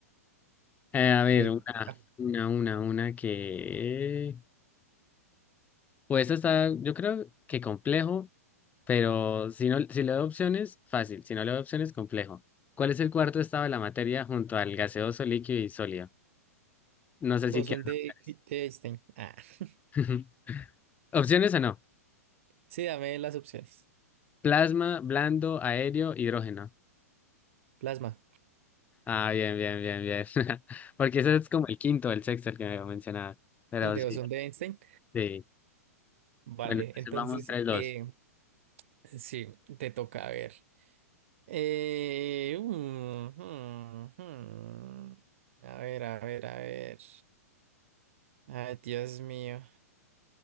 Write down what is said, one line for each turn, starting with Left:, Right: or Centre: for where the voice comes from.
Left: Eh, a ver,
Right: ok.
Left: una,
Right: Ah,
Left: una, una, una que... Pues esta está, yo creo que complejo, pero si no, si le doy opciones, fácil. Si no le doy opciones, complejo. ¿Cuál es el cuarto estado de la materia junto al gaseoso, líquido y sólido? No sé
Right: Bosón
Left: si quieren
Right: de,
Left: opciones.
Right: de Einstein. Ah. <laughs>
Left: <laughs> ¿Opciones o no?
Right: Sí, dame las opciones.
Left: Plasma, blando, aéreo, hidrógeno.
Right: Plasma.
Left: Ah, bien, bien, bien, bien. <laughs> Porque ese es como el quinto, el sexto, el que me mencionaba. Pero
Right: El de
Left: sí.
Right: bosón de Einstein.
Left: Sí.
Right: Vale,
Left: Bueno, entonces
Right: entonces,
Left: vamos 3-2.
Right: eh, sí, te toca a ver. Eh, mm, mm, mm. A ver, a ver, a ver. Ay, Dios mío.